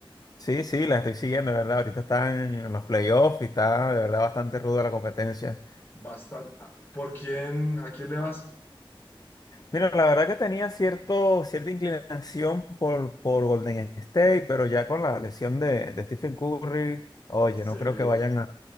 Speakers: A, on the left (about 45°); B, on the left (about 25°).
A: Sí, sí, la estoy siguiendo, de ¿verdad? Ahorita están en los playoffs y está de verdad bastante ruda la competencia.
B: Bastante. Ah, ¿Por quién, a quién le vas?
A: Mira, la verdad que tenía cierto, cierta inclinación por, por Golden State, pero ya con la lesión de, de Stephen Curry, oye,
B: Se-
A: no creo que vayan a,